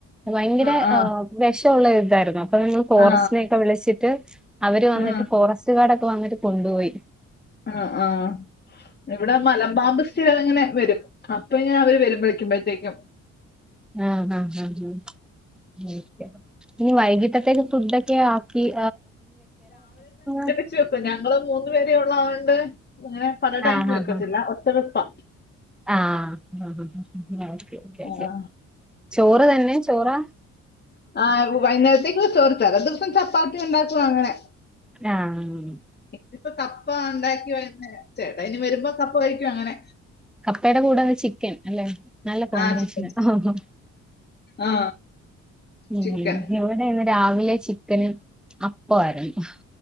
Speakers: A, in the centre; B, on the left.
A: ഭയങ്കര
B: ആ ആ
A: ഏഹ് വിഷോള്ള ഇതായിരുന്നു അപ്പൊ നമ്മൾ ഫോറസ്റ്റിനൊക്കെ
B: ആ
A: വിളിച്ചിട്ട് അവര് വന്നിട്ട്
B: ആ
A: ഫോറസ്റ്റ് ഗാർഡ് ഒക്കെ വന്നിട്ട് കൊണ്ട് പോയി
B: ആഹ് ആഹ് ഇവിടെ മലമ്പാമ്പ് സ്ഥിരം ഇങ്ങനെ വരും അപ്പൊ ഞാൻ അവര് വരും വിളിക്കുമ്പഴത്തേക്കും
A: ആഹ് ആഹ് ആഹ് ഓക്കേ ഇനി വൈകിട്ടത്തേക്ക്‌ ഫുഡ് ഒക്കെയോ <unintelligible>
B: ച്ച് വെക്കും ഞങ്ങള് മൂന്നു പേരെ ഉള്ളതുകൊണ്ട് ഇങ്ങനെ പല ടൈം
A: ആ
B: വെക്കത്തില്ല
A: ആ ആ
B: ഒറ്റ വെപ്പാ
A: ആഹ് ഹാ ഹാഹ് ഓക്കെ ഓക്കെ
B: ആ,
A: ചോറ് തന്നെ ചോറാ
B: ആഹ് വൈന്നേരത്തേക്ക് ചോറ് ചെല ദിവസം ചപ്പാത്തി ഉണ്ടാക്കും അങ്ങനെ
A: ആഹ്
B: ഇതിപ്പോ കപ്പ ഉണ്ടാക്കി വരുന്നേ ചേട്ടായി ഇനി വരുമ്പോ കപ്പ വേവിക്കും അങ്ങനെ
A: കപ്പയുടെ കൂടെ എന്താ ചിക്കൻ അല്ലേ നല്ല കോമ്പിനേഷനാ
B: ആ ചിക്കൻ
A: <unintelligible>
B: ആ
A: ഇന്ന്
B: ചിക്കൻ
A: ഇവിടെ രാവിലെ ചിക്കനും അപ്പവായിരുന്നു